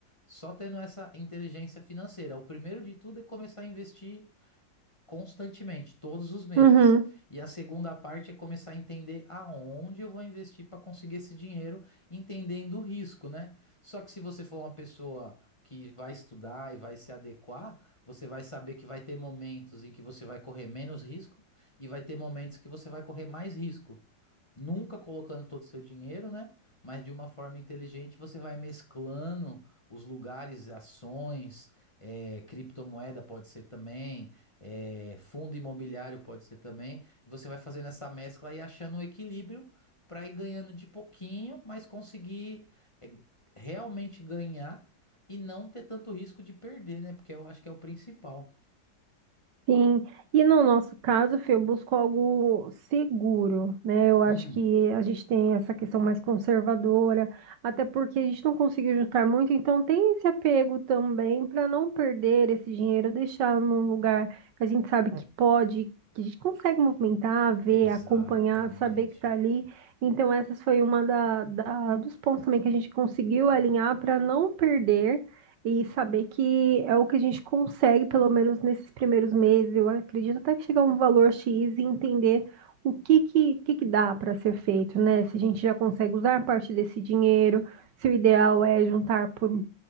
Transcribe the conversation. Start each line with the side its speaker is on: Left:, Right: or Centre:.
Left: Só tendo essa inteligência financeira. O primeiro de tudo é começar a investir constantemente, todos os meses.
Right: Uhum.
Left: E a segunda parte é começar a entender aonde eu vou investir para conseguir esse dinheiro, entendendo o risco, né? Só que se você for uma pessoa que vai estudar e vai se adequar, você vai saber que vai ter momentos em que você vai correr menos risco e vai ter momentos que você vai correr mais risco. Nunca colocando todo o seu dinheiro, né? Mas de uma forma inteligente você vai mesclando os lugares, ações, eh, criptomoeda pode ser também é, fundo imobiliário pode ser também. Você vai fazendo essa mescla e achando um equilíbrio para ir ganhando de pouquinho, mas conseguir é, realmente ganhar e não ter tanto risco de perder, né? Porque eu acho que é o principal.
Right: Sim, e no nosso caso, Fê, eu busco algo seguro, né? Eu acho
Left: Hum,
Right: que a gente tem essa questão mais conservadora, até porque a gente não conseguiu juntar muito, então tem esse apego também para não perder esse dinheiro, deixar num lugar que a gente sabe que pode, que a gente consegue movimentar, ver,
Left: exatamente.
Right: acompanhar, saber que está ali. Então, essas foi uma da, da- dos pontos também que a gente conseguiu alinhar para não perder. E saber que é o que a gente consegue, pelo menos nesses primeiros meses, eu acredito até que chegar a um valor X e entender o que que, que, que dá para ser feito, né? Se a gente já consegue usar parte desse dinheiro, se o ideal é juntar por,